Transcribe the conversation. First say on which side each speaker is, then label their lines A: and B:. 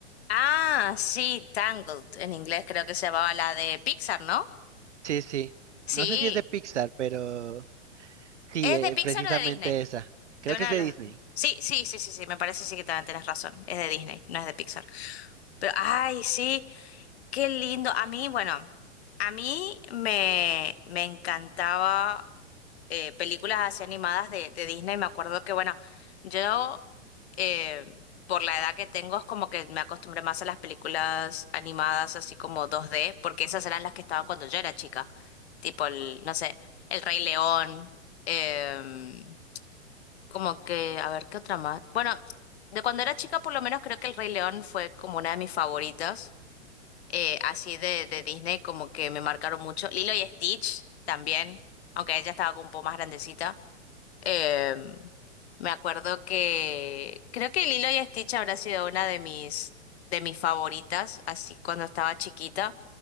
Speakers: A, on the left; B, on the right.
A: Ah, sí, Tangled. En inglés creo que se llamaba la de Pixar, ¿no?
B: Sí, sí.
A: Sí.
B: No sé si es de Pixar, pero sí,
A: ¿Es
B: eh,
A: de Pixar
B: precisamente
A: o de Disney?
B: esa. Creo
A: De una
B: que es de
A: de las...
B: Disney.
A: Sí, sí, sí, sí, sí, me parece sí que también tenés razón. Es de Disney, no es de Pixar. Pero, ay, sí, qué lindo. A mí, bueno, a mí me, me encantaba eh, películas así animadas de, de Disney. Me acuerdo que, bueno, yo, eh, por la edad que tengo, es como que me acostumbré más a las películas animadas así como dos d porque esas eran las que estaban cuando yo era chica. Tipo el, no sé, El Rey León. em, como que, a ver, ¿qué otra más? Bueno, de cuando era chica, por lo menos creo que El Rey León fue como una de mis favoritas. eh, así de, de Disney, como que me marcaron mucho. Lilo y Stitch también, aunque ella estaba como un poco más grandecita. Em, me acuerdo que creo que Lilo y Stitch habrá sido una de mis, de mis favoritas, así cuando estaba chiquita.